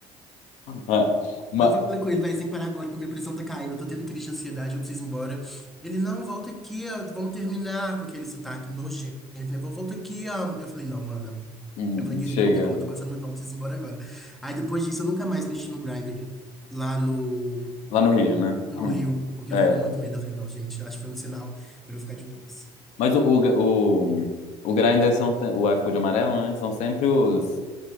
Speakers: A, on the left; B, in the centre.
A: Ah, ma-
B: Aí eu falei com ele, vai, sem parar agora que minha pressão tá caindo, eu tô tendo crise de ansiedade, eu preciso ir embora. Ele, não, volta aqui, ó, vamos terminar com aquele sotaque nojento, né? Vou- Volta aqui, ó. Eu falei, não, mano.
A: hum,
B: Eu falei, querido,
A: chega.
B: não tem como, eu tô passando muito mal, eu preciso ir embora agora. Aí depois disso eu nunca mais mexi no Grindr lá no,
A: Lá no Rio, né?
B: no
A: Hum,
B: Rio, porque
A: É.
B: eu fiquei com muito medo. Eu falei, não, gente, acho que foi um sinal pra eu ficar de boas.
A: Mas o, o, o, o Grindr são, se- o iFood amarelo, né? São sempre os,